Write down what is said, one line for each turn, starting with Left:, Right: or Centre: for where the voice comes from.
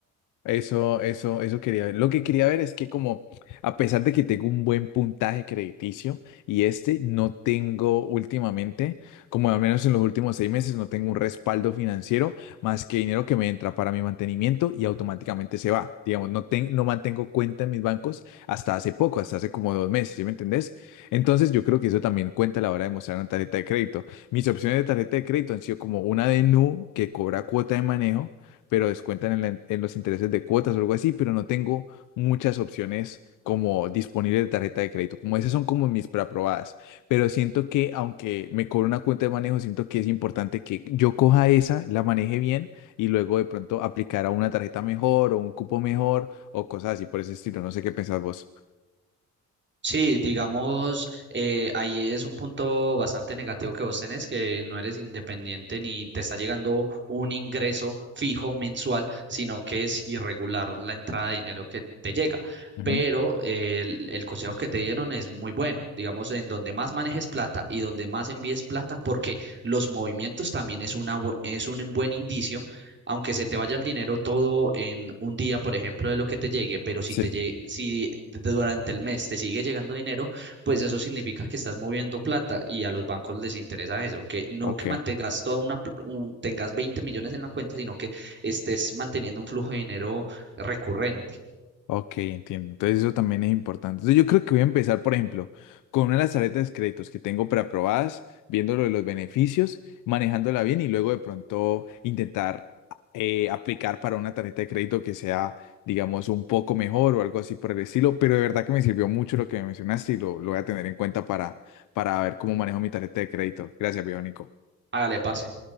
Left: Eso, eso, eso quería ver. Lo que quería ver es que como, a pesar de que tengo un buen puntaje crediticio y este no tengo últimamente, como al menos en los últimos seis meses, no tengo un respaldo financiero más que dinero que me entra para mi mantenimiento y automáticamente se va. Digamos, no, ten- no mantengo cuenta en mis bancos hasta hace poco, hasta hace como dos meses, ¿sí me entendés? Entonces yo creo que eso también cuenta a la hora de mostrar una tarjeta de crédito. Mis opciones de tarjeta de crédito han sido como una de Nu que cobra cuota de manejo pero descuentan en, la- en los intereses de cuotas o algo así, pero no tengo muchas opciones como disponibles de tarjeta de crédito. Como esas son como mis preaprobadas, pero siento que aunque me cobro una cuenta de manejo, siento que es importante que yo coja esa, la maneje bien y luego de pronto aplicar a una tarjeta mejor o un cupo mejor o cosas así por ese estilo. No sé qué pensás vos.
Right: Sí, digamos, eh, ahí es un punto bastante negativo que vos tenés, que no eres independiente ni te está llegando un ingreso fijo mensual, sino que es irregular la entrada de dinero que te llega.
Left: Ujú.
Right: Pero eh, el, el consejo que te dieron es muy bueno, digamos, en donde más manejes plata y donde más envíes plata, porque los movimientos también es una, bu- es un buen indicio aunque se te vaya el dinero todo en un día, por ejemplo, de lo que te llegue, pero si
Left: Sí,
Right: te llegue, si d- durante el mes te sigue llegando dinero, pues eso significa que estás moviendo plata y a los bancos les interesa eso, que no
Left: ok.
Right: que mantengas toda una, pl- un- tengas 20 millones en la cuenta, sino que estés manteniendo un flujo de dinero recurrente.
Left: Ok, entiendo. Entonces eso también es importante. Entonces yo creo que voy a empezar, por ejemplo, con una de las tarjetas de créditos que tengo preaprobadas, viendo lo de los beneficios, manejándola bien y luego de pronto intentar eh, aplicar para una tarjeta de crédito que sea, digamos, un poco mejor o algo así por el estilo. Pero de verdad que me sirvió mucho lo que me mencionaste y lo, lo voy a tener en cuenta para, para ver cómo manejo mi tarjeta de crédito. Gracias, Bionico.
Right: Hágale, parce.